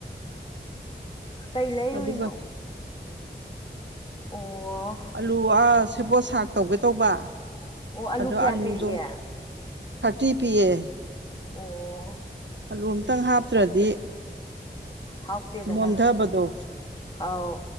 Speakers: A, on the left (about 25°); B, on the right (about 80°).
A: ꯀꯩ ꯂꯩꯔꯨꯏꯅꯣ
B: ꯑꯗꯨꯒ
A: ꯑꯣ
B: ꯑꯥꯂꯨ ꯑ ꯁꯦꯕꯣꯠ ꯁꯥꯛ ꯇꯧꯒꯦ ꯇꯧꯕ
A: ꯑꯣ ꯑꯂꯨ
B: ꯑꯗꯣ
A: ꯀꯌꯥ
B: ꯑꯥꯂꯨꯗꯣ
A: ꯄꯤꯔꯛꯑꯦ
B: ꯊꯥꯔꯇꯤ ꯄꯤ ꯑꯦ
A: ꯑꯣ
B: ꯑꯂꯨ ꯑꯃꯇꯪ ꯍꯥꯞꯇꯔꯗꯤ
A: ꯍꯥꯎꯇꯦꯗꯅ
B: ꯃꯣꯟꯗꯕꯗꯣ
A: ꯑꯥꯎ